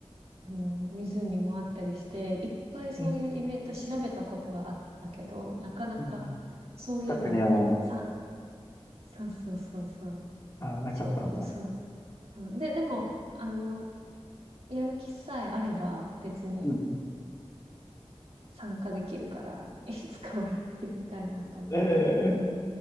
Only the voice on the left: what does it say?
ー、え
うん
近くには、
あー、なかったんだ。
うん。
え